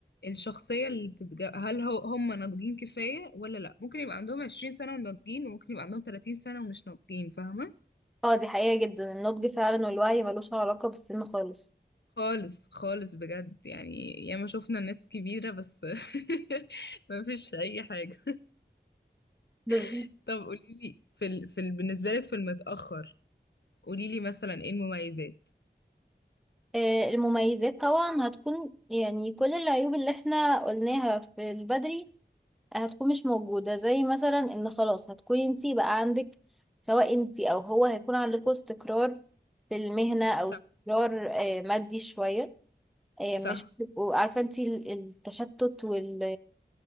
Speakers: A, on the left; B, in the centre.
A: الشخصيه اللي بتتج... هل هو هم ناضجين كفايه ولا لا ممكن يبقى عندهم 20 سنه وناضجين وممكن يبقى عندهم 30 سنه ومش ناضجين فاهمه
B: اه دي حقيقة جدا النضج فعلا والوعي ملوش علاقة بالسن خالص
A: خالص خالص بجد يعني ياما شفنا ناس كبيره بس <laughs> مفيش اي حاجه
B: بالظبط
A: <laughs> طب قوليلي في ال... في ال... بالنسبه لك في المتاخر قوليلي مثلا ايه المميزات
B: آه، المميزات طبعا هتكون يعني كل العيوب اللي احنا قلناها في البدري هتكون مش موجودة زي مثلا ان خلاص هتكوني انتي بقى عندك سواء انتي او هو هيكون عندكوا استقرار في المهنة او
A: صح
B: استقرار آه، مادي شوية آه،
A: صح
B: مش هتبقوا عارفة انتي ال- التشتت وال